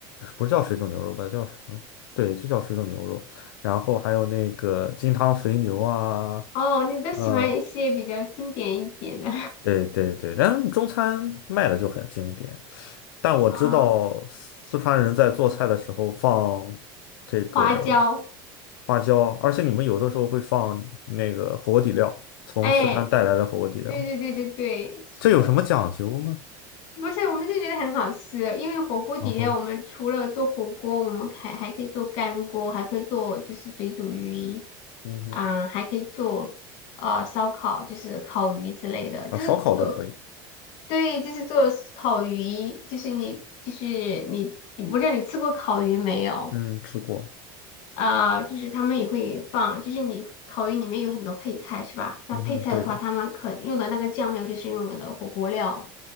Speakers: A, on the left; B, on the left.
A: 不是叫水煮牛肉吧，叫什么？对，就叫水煮牛肉。然后还有那个金汤肥牛啊，
B: 哦，你都喜欢一些比较经典一点的，
A: 呃。对对对，但中餐卖的就很经典。但我知道四川人在做菜的时候放
B: <laughs> 啊、
A: 这个
B: 花椒，
A: 花椒，而且你们有的时候会放那个火锅底料，从四川带来的火锅底料，
B: 哎。对对对对对，是的，
A: 这有什么讲究吗？
B: 不是我们就觉得很好吃，因为火锅底料我们除了做火锅，
A: 啊哈，
B: 我们还还可以做干锅，还可以做就是水煮鱼，
A: 嗯哼，
B: 啊、还可以做呃烧烤，就是烤鱼之类的，就是做
A: 啊，烧烤都可以，
B: 对，就是做烤鱼，就是你就是你，我不知道你吃过烤鱼没有
A: 嗯，吃过，
B: 啊、就是他们也会放，就是你烤鱼里面有很多配菜是吧？那配菜的话，
A: 嗯哼，对的，
B: 他们可用的那个酱料就是用的火锅料。